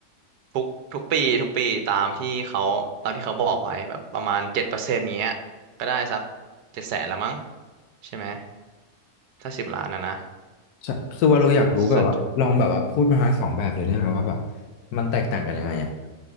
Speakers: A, on the right; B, on the left.
A: ทุกทุกปีทุกปีตามที่เขาตามที่เขาบอกไว้แบบประมาณเจ็ดเปอร์เซ็นต์เงี้ยก็ได้สักเจ็ดแสนละมั้งใช่ไหมถ้าสิบล้านนะนะ
B: ใช่คือว่าเราอยากรู้แบบว่าลองแบบว่าพูดมาทั้งสองแบบเลยได้ไหมว่าแบบ
A: ส่วน
B: มันแตกต่างกันยังไงอ่ะ